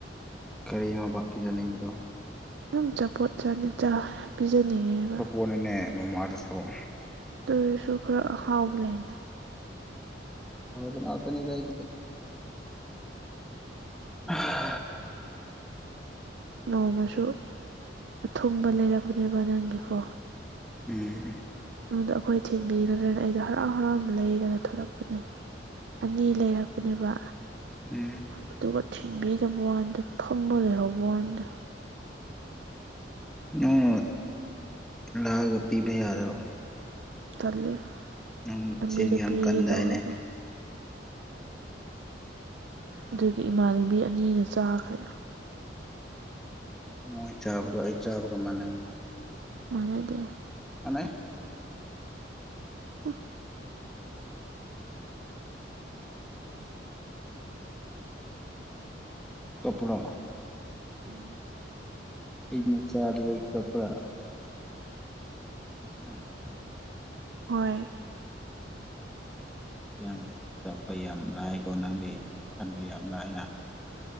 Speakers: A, in the centre; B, on the right.
A: ꯀꯔꯤꯅꯣꯕ ꯄꯤꯖꯅꯤꯡꯕꯗꯣ
B: ꯑꯗꯨꯝꯆꯥꯄꯣꯠ ꯄꯤꯖꯅꯤꯡꯉꯦꯕ
A: ꯍꯣꯟꯅ ꯃꯃꯥ ꯗꯨꯐꯥꯎ
B: ꯑꯗꯨꯏꯁꯨ ꯈꯔ ꯑꯍꯥꯎꯕ ꯂꯩꯅ
A: ꯍꯥꯎꯕꯥ ꯉꯛꯇꯅꯦꯗꯥ ꯑꯩꯒꯤꯗꯤ ꯎ
B: ꯅꯣꯡꯃꯁꯨ ꯑꯊꯨꯡꯕ ꯂꯩꯔꯛꯄꯥꯅꯦꯕ ꯅꯪꯒꯤꯀꯣ
A: ꯎꯝ
B: ꯅꯉꯣꯟꯗ ꯑꯩꯈꯣꯏ ꯊꯤꯟꯕꯤꯒꯗ꯭ꯔꯅ ꯑꯩꯗꯣ ꯍꯔꯥꯎ ꯍꯔꯥꯎꯅ ꯂꯩꯔꯒ ꯊꯂꯛꯄꯅꯦ ꯑꯅꯤ ꯂꯩꯔꯛꯄꯅꯦꯕ
A: ꯎꯝ
B: ꯑꯗꯨꯒ ꯊꯤꯟꯕꯤꯗꯕ ꯋꯥꯅꯤꯗ ꯐꯝꯃ ꯂꯩꯍꯧꯕ ꯋꯥꯅꯦ
A: ꯅꯪ ꯂꯥꯛꯑꯒ ꯄꯤꯕ ꯌꯥꯗ꯭ꯔꯣ
B: ꯇꯜꯂꯤ
A: ꯅꯪ
B: ꯂꯝꯕꯤꯗ
A: ꯆꯤꯟ ꯌꯥꯝ
B: ꯄꯤꯒꯦ
A: ꯀꯟꯗꯥꯏꯅꯦ
B: ꯇꯧꯔꯒ ꯑꯗꯨꯒꯤ ꯏꯃꯥꯟꯅꯕꯤ ꯑꯅꯤꯅ ꯆꯥꯈ꯭ꯔꯦ
A: ꯃꯣꯏ ꯆꯥꯕꯗꯣ ꯑꯩ ꯆꯥꯕꯒ ꯃꯥꯟꯅꯩꯩꯅ
B: ꯃꯥꯟꯅꯗꯦ
A: ꯃꯥꯅꯦ
B: ꯎ
A: ꯀꯞꯄꯔꯣ
B: ꯎꯝ
A: ꯑꯩꯅꯥ ꯆꯥꯗꯕꯩ ꯀꯞꯄꯔꯥ ꯎꯝ
B: ꯍꯣꯏ
A: ꯌꯥꯝ ꯀꯥꯞꯄ ꯌꯥꯝ ꯂꯥꯏꯀꯣ ꯅꯪꯗꯤ ꯀꯥꯞꯍꯟꯕ ꯌꯥꯝ ꯂꯥꯏꯅ